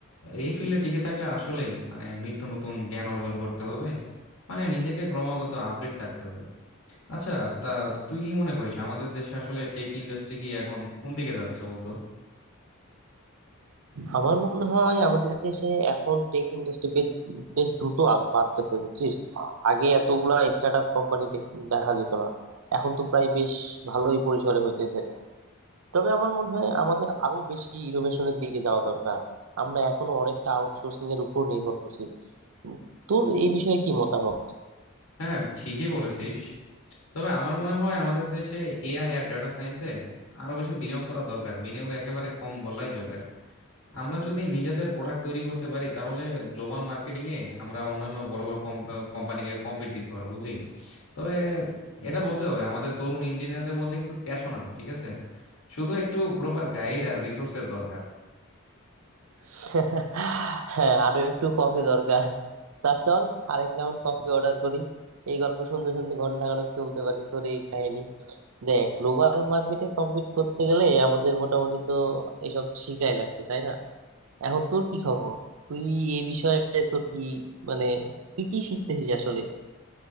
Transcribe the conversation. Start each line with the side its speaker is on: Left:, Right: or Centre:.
Left: এই ফিল্ডে টিকে থাকলে আসলেই মানে নিত্য নতুন জ্ঞান অর্জন করতে হবে মানে নিজেকে ক্রমাগত আপডেট থাকতে হবে আচ্ছা তা তুই কি মনে করিস আমাদের দেশে আসলে টেক ইন্ডাস্ট্রি কি এখন কোন দিকে যাচ্ছে বলতো
Right: আমার মনে হয় আমাদের দেশে এখন টেক ইন্ডাস্ট্রি বেশ বেশ দ্রুত আগ- বাড়তেছে বুঝছিস আগে এতগুলা স্টার্ট আপ কোম্পানি দেখা যেত না এখন তো প্রায় বেশ ভালোই পরিসরে হইতেছে তবে আমার মনে হয় আমাদের আরো বেশি ইনোভেশনের দিকে যাওয়া দরকার আমরা এখনো অনেকটা আউটসোর্সিং এর উপর নির্ভর করছি তোর এই বিষয়ে কি মতামত
Left: হ্যাঁ ঠিকই বলেছিস তবে আমার মনে হয় আমাদের দেশে এআই আর ডেটা সায়েন্সে আরো বেশি বিনিয়োগ করা দরকার বিনিয়োগ একেবারে কম বললেই চলে আমরা যদি নিজেদের প্রোডাক্ট তৈরি করতে পারি তাহলে গ্লোবাল মার্কেটিং এ আমরা অন্যান্য বড় বড় কোম্পানিকে কম্পিট দিতে পারবো বুঝলি তবে এটা বলতে হবে আমাদের তরুণ ইঞ্জিনিয়ারদের মধ্যে কিন্তু প্যাশন আছে ঠিক আছে শুধু একটু প্রপার গাইড আর রিসোর্সের দরকার
Right: <laughs> হ্যাঁ আরো একটু কফি দরকার তা চল আরেক রাউন্ড কফি অর্ডার করি এই গল্প শুনতে শুনতে ঘন্টা খানেক চলতে পারে তোর এই কাহিনী দেখ গ্লোবাল মার্কেটে কম্পিট করতে গেলে আমাদের মোটামুটি তো এসব শিখাই লাগবে তাই না এখন তোর কি খবর তুই এই বিষয়ে তোর কি মানে তুই কি শিখতেছিস আসলে